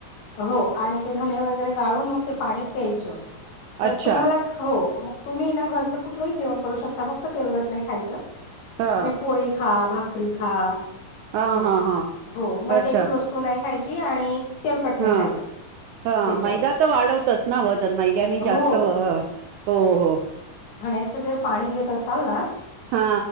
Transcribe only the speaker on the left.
हो आणि ते धने वगैरे गाळुन मग ते पाणी प्यायचं. तर
तुम्हाला हो तुम्ही ना घरचं कुठलंही जेवण करू शकता, फक्त तेलकट नाही खायच. तुम्ही
पोळी खा, भाकरी भाकरी खा.
हो
हो. मैद्याची
वस्तु नाही खायची आणि तेलकट नाही
खायचं.
त्याच्यावर
हो
धण्याच जर पाणी घेत असाल ना